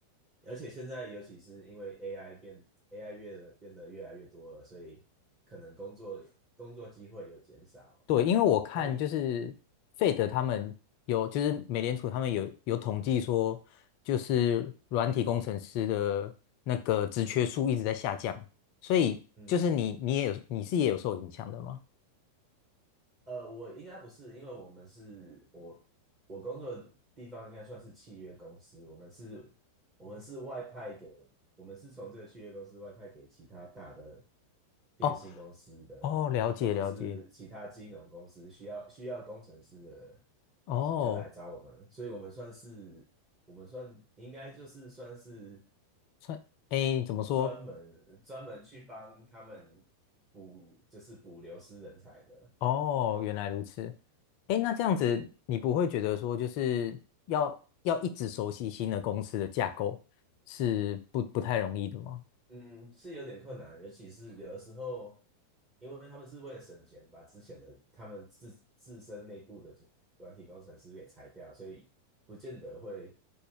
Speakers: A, on the right (about 25°); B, on the left (about 45°).
A: 而且现在尤其是因为 AI 变 AI 越的变得越来越多了，所以可能工作工作机会有减少。
B: 对，因为我看就是费德他们有，
A: 那你
B: 就是美联储他们有有统计说，就是软体工程师的那个职缺数一直在下降，所以就是你你也有你是也有受影响的吗？
A: 嗯嗯，呃，我应该不是，因为我们是我我工作的地方应该算是契约公司，我们是，我们是外派给，我们是从这个契约公司外派给其他大的电信公司的，
B: 哦哦，了解了解，
A: 或者是其他金融公司需要需要工程师的，
B: 哦，
A: 就来找我们，所以我们算是我们算应该就是算是
B: 算，哎，怎么说？
A: 专门专门去帮他们补，就是补流失人才的。
B: 哦，原来如此。哎，那这样子你不会觉得说就是要要一直熟悉新的公司的架构是不不太容易的吗？
A: 嗯，是有点困难，尤其是有的时候，因为他们是为了省钱，把之前的他们自自身内部的软体工程师给裁掉，所以不见得会